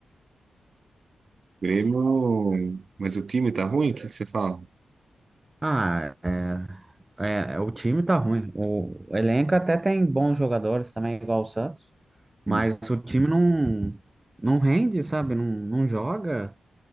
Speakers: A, on the right (about 45°); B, on the right (about 20°).
A: Grêmio. Mas o time tá ruim? O que que você fala?
B: Ah, é, é, é, o time tá ruim. O elenco até tem bons jogadores também, igual o Santos. Mas
A: Hum,
B: o time não, não rende, sabe? Não, não joga.